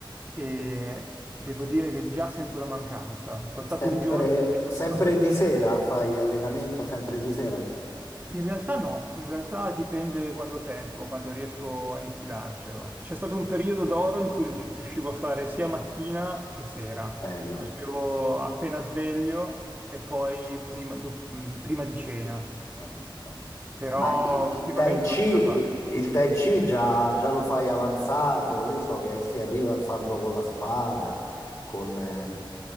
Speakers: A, on the right; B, on the left.
A: e devo dire che già sento la mancanza. Ho saltato
B: sempre,
A: un giorno e
B: sempre
A: manca.
B: di sera fai allenamento, sempre di sera?
A: In realtà no, in realtà dipende quando ho tempo, quando riesco a infilarcelo. C'è stato un periodo d'oro in cui rius- riuscivo a fare sia mattina che sera.
B: Bello.
A: Facevo appena sveglio e poi prima, do- mh, prima di cena,
B: Eh, eh.
A: però
B: Ma i-
A: ultimamente
B: il, Tai Chi,
A: non ce la faccio.
B: il, il Tai Chi già, già lo fai avanzato, io so che si arriva a farlo con la spada, con eh,